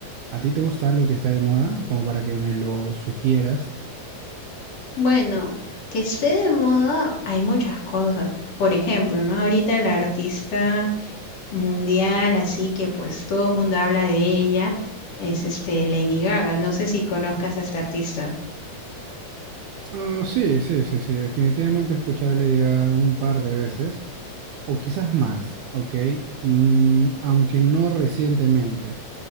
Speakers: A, on the right (about 80°); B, on the left (about 60°).
A: ¿A ti te gusta algo que está de moda? Como para que me lo sugieras.
B: Bueno, que esté de moda, hay muchas cosas. Por ejemplo, ¿no? Ahorita el artista... mundial, así que pues todo el mundo habla de ella, es este Lady Gaga. No sé si conozcas a esta artista.
A: Ah, sí, sí, sí, sí. Definitivamente escuchar Lady Gaga un par de veces. O quizás más, ¿ok? Mm, aunque no recientemente.